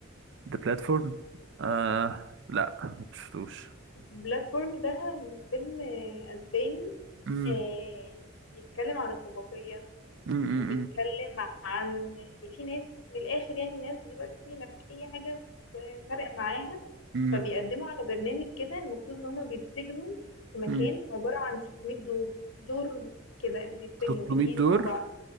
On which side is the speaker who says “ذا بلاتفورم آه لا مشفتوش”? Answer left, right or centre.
Right